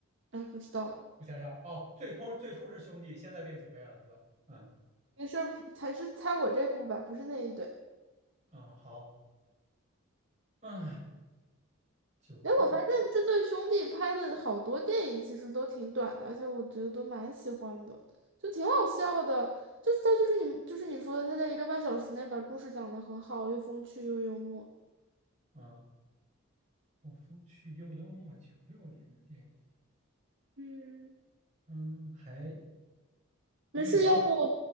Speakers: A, on the right (about 60°); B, on the right (about 35°).
A: 哎，不知道了，
B: 我想想，哦，最初最初是兄弟，现在变姐妹了，是吧？嗯
A: 没事儿，还是猜我这部吧，不是那一对。
B: 嗯，好，啊，九六年
A: 哎，我发现这对兄弟拍的好多电影其实都挺短的，而且我觉得都蛮喜欢的，就挺好笑的。就是他就是你就是你说的，他在一个半小时内把故事讲得很好，又风趣又幽默。
B: 啊，《后风趣又幽默》九六年的电影，
A: 嗯，
B: 嗯，还冰雪暴
A: 没事，要不我